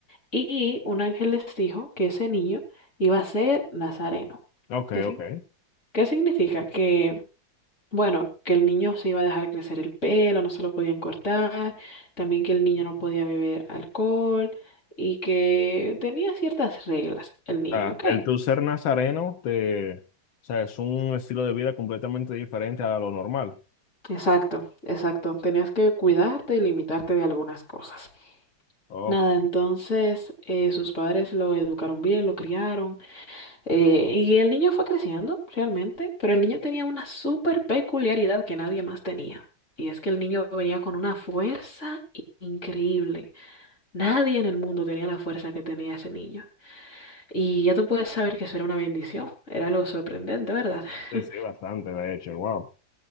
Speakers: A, on the left; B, on the left.
A: y un ángel les dijo que ese niño iba a ser Nazareno.
B: Ok,
A: ¿Qué, sin-
B: ok.
A: qué significa? Que, bueno, que el niño se iba a dejar crecer el pelo, no se lo podían cortar, también que el niño no podía beber alcohol y que tenía ciertas reglas el niño,
B: sea,
A: ¿ok?
B: el tú ser nazareno te, o sea, es un estilo de vida completamente diferente a lo normal.
A: Exacto, exacto. Tenías que cuidarte y limitarte de algunas cosas.
B: Ok,
A: Nada, entonces eh, sus padres lo educaron bien, lo criaron eh, y el niño fue creciendo realmente, pero el niño tenía una súper peculiaridad que nadie más tenía. Y es que el niño venía con una fuerza i- increíble. Nadie en el mundo tenía la fuerza que tenía ese niño. Y ya tú puedes saber que eso era una bendición. Era algo sorprendente, ¿verdad?
B: sí,
A: <laughs>
B: sí, bastante, de hecho, wow. O